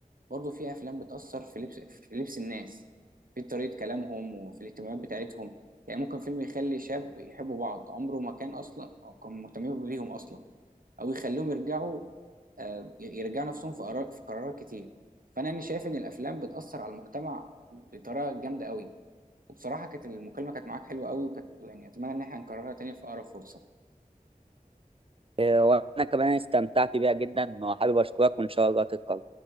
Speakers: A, on the right; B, on the right.
A: برضه في أفلام بتأثر في لبس في لبس الناس في طريقة كلامهم وفي الاهتمامات بتاعتهم يعني ممكن فيلم يخلي شاب يحبوا بعض عمره ما كان أصلا أو كان مهتمين بيهم أصلا أو يخليهم يرجعوا آه، يرجعوا نفسهم في قرار- في قرارات كتير فأنا يعني شايف إن الأفلام بتأثر على المجتمع بطريقة جامدة قوي وبصراحة كانت المكالمة كانت معاك حلوة قوي وكانت يعني أتمنى إن احنا نكررها تاني في أقرب فرصة
B: إيه وأنا كمان استمتعت بيها جدا وحابب أشكرك وإن شاء الله تتكرر